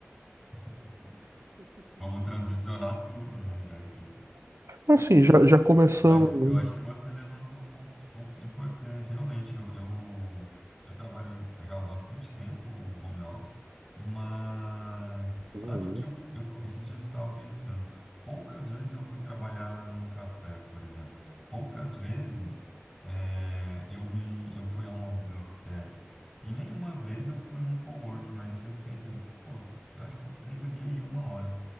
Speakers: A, in the centre; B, on the right (about 90°).
A: <laughs> Sim. Como transicionar tudo, né? Já que
B: Assim, já, já começamos.
A: Mas eu acho que você levantou pontos, pontos importantes. Realmente, eu, eu, eu trabalho já há bastante tempo home office, mas sabe
B: Uhum.
A: que eu, eu co- esses dias eu estava pensando, poucas vezes eu fui trabalhar num café, por exemplo. Poucas vezes eh, eu me, eu fui a uma biblioteca. E nenhuma vez eu fui num coworking, mas eu sempre pensei, pô, eu acho que eu deveria ir uma hora.